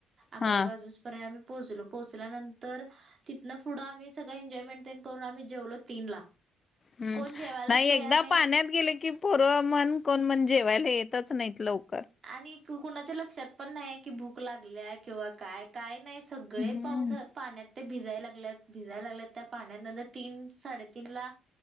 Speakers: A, on the right (about 40°); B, on the left (about 35°).
A: अकरा
B: हा
A: बाजूपर्यंत आम्ही पोहोचलो. पोहोचल्यानंतर- तिथं पुढं आम्ही सगळं एजॉय मेंटेन तेन करून आम्ही जेवलो तीन ला.
B: हम्म,
A: कोण जेवायलाच
B: नाय
A: तयार
B: एकदा
A: नाहीत.
B: पाण्यात गेल की पोर म्हण कोण मन जेवायला येतच नायत लवकर.
A: आणि कुणाच्या लक्षात पण न्हाय की भूक लागल्या किंवा काय नाय सगळे
B: हम्म
A: पावस पाण्यात ते भिजायला लागल्यात भिजाय लागल्यात त्या पाण्यात. नंतर तीन साडेतीनला